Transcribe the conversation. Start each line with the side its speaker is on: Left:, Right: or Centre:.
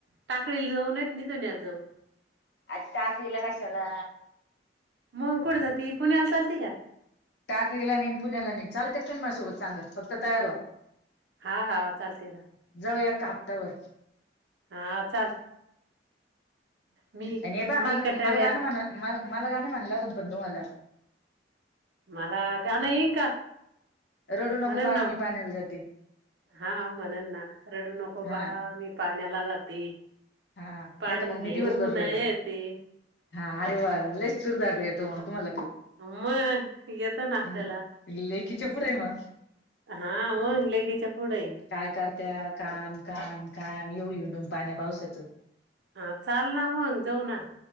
Right: टाकळी जाऊन येत मी दुन्याला जाऊ.
Left: आता टाकळीला कशाला?
Right: मंग कुठं जाती पुण्याला चालते का?
Left: टाकळीला नेन पुण्यालानायी चालतेल मला सोबत सांगा फक्त तयार व्हा
Right: हा हा चालते ना
Left: जाऊयाका हप्ताबर
Right: हा चाल मी
Left: पण हे बा
Right: मी
Left: मल
Right: कटाळ्यात
Left: मला गाणं म्ह मला गाणं म्हणला कोण पण तो मला
Right: मला गाणं येईन का
Left: रडू नको
Right: म्हणन
Left: बाळा
Right: ना वो
Left: मी पाण्याला जाते
Right: हा म्हणन ना. रडू नको
Left: हा
Right: बाळा मी पाण्याला जाते.
Left: हा
Right: पाणी
Left: नाही तर मग मी
Right: घेऊन
Left: दिवसभर
Right: येते
Left: रडेन. हा अरे वा लय सुर धरायला येतो तुम्हाला
Right: मग येत ना आपल्याला
Left: हं लेकीच्या पुढं आहे म.
Right: हा मग लेकीच्या पुढे
Left: काय करत्या काम काम हं आम्ही येऊ येऊ पाण्या पावसाचं.
Right: हा चाल ना मग जाऊ ना